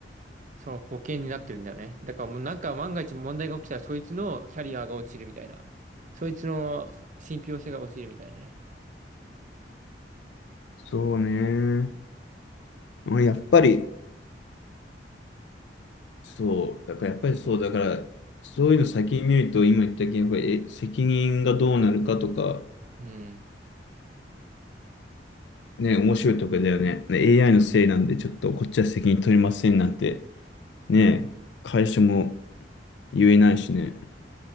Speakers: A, on the right; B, on the left.
A: その保険になってるんだよね。だからもうなんか万が一問題が起きたら、そいつのキャリアが落ちるみたいな。そいつの信憑性が落ちるみたいなね。
B: そうね。まあやっぱり、そう、だからやっぱりそう、だから、そういうの先に見ると、今言ったけど、やっぱりえ責任がどうなるかとか、
A: うん。
B: ね、面白いとこだよね。ね AI のせいなんで、ちょっとこっちは責任取りませんなんて、ね、会社も言えないしね、